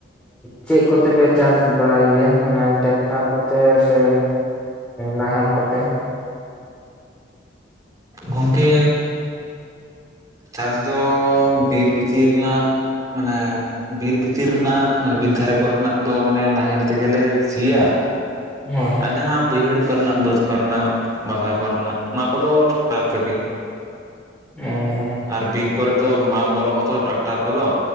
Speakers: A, in the centre; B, on the right.
A: ᱪᱮᱫ ᱠᱚᱛᱮᱯᱮ ᱪᱟᱥ ᱵᱟᱲᱟᱭ ᱜᱮᱭᱟ ᱢᱟᱱᱮ ᱴᱮᱠᱴᱟᱨ ᱠᱚᱛᱮ ᱥᱮ ᱱᱟᱦᱮᱞ ᱠᱚᱛᱮ
B: ᱜᱚᱝᱠᱮ ᱪᱟᱥ ᱫᱚ ᱵᱤᱨ ᱵᱷᱤᱛᱤᱨ ᱨᱮᱱᱟᱜ ᱢᱟᱱᱮ ᱵᱤᱨ ᱵᱷᱤᱛᱤᱨ ᱨᱮᱱᱟᱜ ᱢᱟᱱᱮ ᱵᱤᱨ ᱫᱷᱟᱨᱮ ᱠᱚᱨᱮᱱᱟᱜ ᱫᱚ ᱢᱟᱱᱮ ᱱᱟᱦᱮᱞ ᱛᱮᱜᱮᱞᱮ ᱥᱤᱭᱟ᱾
A: ᱦᱳᱭ
B: ᱟᱨ ᱡᱟᱦᱟᱸ ᱵᱟᱹᱭᱦᱟᱹᱲ ᱠᱚᱨᱮᱱᱟᱜ ᱵᱟᱹᱫᱽ ᱠᱚᱨᱮᱱᱟᱜ ᱵᱟᱫᱷᱟ ᱠᱚᱨᱮᱱᱟᱜ ᱚᱱᱟ ᱠᱚᱫᱚ ᱴᱨᱟᱠᱴᱟᱨ ᱛᱮᱜᱮ
A: ᱚᱸᱻ
B: ᱟᱨ ᱵᱤᱨ ᱠᱚᱨᱮᱫ ᱫᱚ ᱵᱟᱝ ᱵᱚᱞᱚᱜ ᱟᱛᱚ ᱴᱟᱠᱴᱟᱨ ᱠᱚᱫᱚ᱾